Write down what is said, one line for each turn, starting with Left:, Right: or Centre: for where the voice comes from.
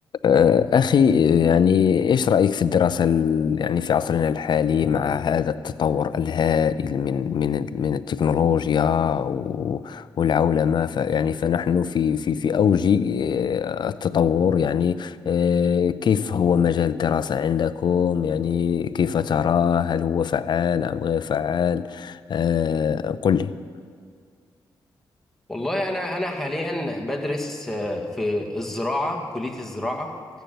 Left: آه، أخي يعني إيش رأيك في الدراسة ال- يعني في عصرنا الحالي مع هذا التطور الهائل من من من التكنولوجيا و- والعولمة ف يعني فنحن في في في أوج آه، التطور يعني آه، كيف هو مجال الدراسة عندكم يعني كيف تراه هل هو فعال أم غير فعال آه، قل لي
Centre: والله انا انا حاليا بدرس آه، في الزراعه كليه الزراعه